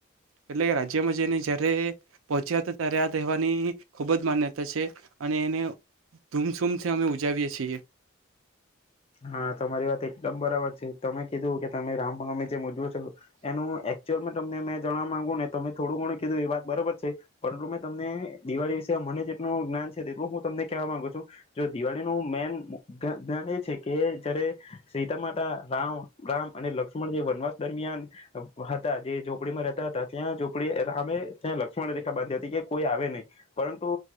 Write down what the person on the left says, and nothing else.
હા તમારી વાત એકદમ બરાબર છે તમે કીધું કે તમે રામ નવમી જેમ ઉજવો છો એનું એકચુઅલમા તમને મેં જણવા માંગુ ને તમે થોડું ઘણું કીધું એ વાત બરાબર છે પરંતુ મેં તમને દિવાળી વિશે મને જેટલું જ્ઞાન છે તેટલું હું તમને કેહેવા માંગુ છું જો દિવાળીનું મેન જ્ઞા જ્ઞાન એ છે. કે જયારે સીતા માતા રામ રામ અને લક્ષ્મણ જે વનવાસ દરમિયાન હતા જે ઝોપડીમા રહેતા હતા ત્યાં ઝોપડી રામે ત્યા લક્ષ્મણ રેખા બાંધી હતી કે કોઈ આવે નહીં પરંતુ